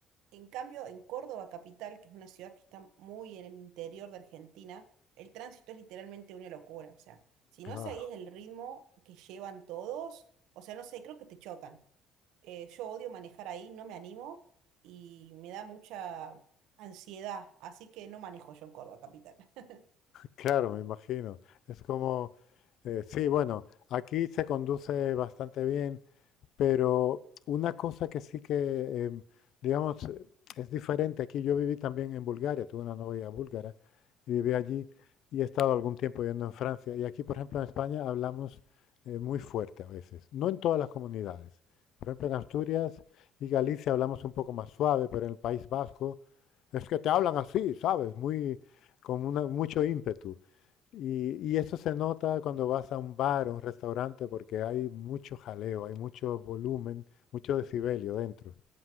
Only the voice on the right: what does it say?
En cambio, en Córdoba capital, que es una ciudad que está muy en el interior de Argentina, el tránsito es literalmente una locura. O sea, si
no seguís el ritmo que llevan todos, o sea, no sé, creo que te chocan eh, yo odio manejar ahí, no me animo y me da mucha ansiedad, así que no manejo yo en Córdoba capital. <laughs>